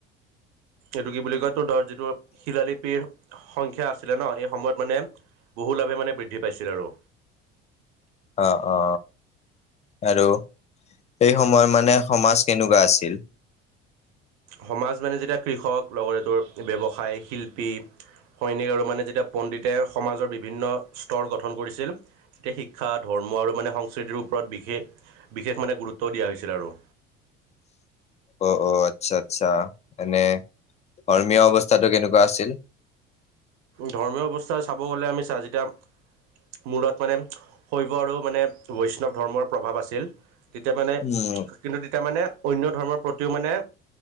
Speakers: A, on the right; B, on the left.
A: এইটো কি বুলি কয়? তোৰ ধৰ তৰ শিলালিপিৰ সংখ্যা আছিলে ন এই সময়ত মানে বহু লাভে মানে বৃদ্ধি পাইছিল আৰু।
B: অ অ আৰু সেই সময়ত মানে সমাজ কেনেকুৱা আছিল?
A: সমাজ মানে যেতিয়া কৃষক লগতে তোৰ ব্যৱসায়, শিল্পী, সৈনিক আৰু মানে যেতিয়া পণ্ডিতে সমাজৰ বিভিন্ন স্তৰ গঠন কৰিছিল তেতিয়া শিক্ষা, ধৰ্ম আৰু মানে সংস্কৃতিৰ ওপৰত বিশেষ বিশেষ মানে গুৰুত্ব দিয়া হৈছিল আৰু।
B: অ অ আচ্ছা আচ্ছা। এনে ধৰ্মীয় অৱস্থাটো কেনেকুৱা আছিল?
A: ধৰ্মীয় অৱস্থা চাব গ'লে আমি চা যেতিয়া মূৰত মানে শৈৱ আৰু মানে বৈষ্ণৱ ধৰ্মৰ প্ৰভাৱ আছিল তেতিয়া মানে
B: উম,
A: কিন্তু তেতিয়া মানে অন্য ধৰ্মৰ প্ৰতিও মানে